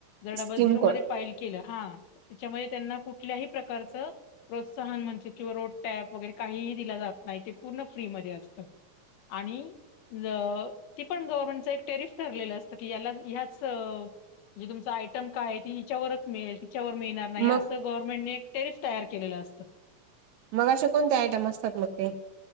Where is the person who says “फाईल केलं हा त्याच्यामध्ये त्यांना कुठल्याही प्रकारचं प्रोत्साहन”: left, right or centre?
Left